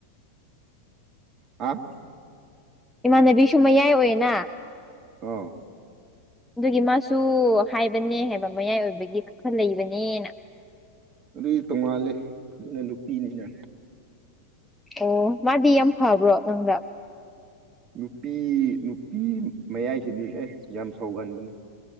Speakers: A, on the right; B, in the centre.
A: ꯍꯥꯥ <unintelligible> <inaudible>
B: ꯏꯃꯥꯟꯅꯕꯤꯁꯨ ꯃꯌꯥꯏ ꯑꯣꯏꯌꯦꯅ
A: ꯑꯥ <unintelligible> <inaudible>
B: ꯑꯗꯨꯒꯤ ꯃꯥꯁꯨ ꯍꯥꯏꯕꯅꯦ ꯍꯥꯏꯕ ꯃꯌꯥꯏ ꯑꯣꯏꯕꯒꯤ ꯈ ꯈꯔ ꯂꯩꯕꯅꯦꯅ
A: ꯑꯗꯨꯏ ꯇꯣꯡꯉꯥꯜꯂꯦ ꯑꯗꯨꯅ ꯅꯨꯄꯤꯅꯤꯅ
B: ꯑꯣ ꯃꯥꯗꯤ ꯌꯥꯝ ꯐꯕ꯭ꯔꯣ ꯅꯪꯗ
A: ꯅꯨꯄꯤ ꯅꯨꯄꯤ ꯃꯌꯥꯏꯁꯤꯗꯤ ꯑꯦ ꯌꯥꯝ ꯁꯥꯎꯒꯟꯥꯟꯕꯅꯤ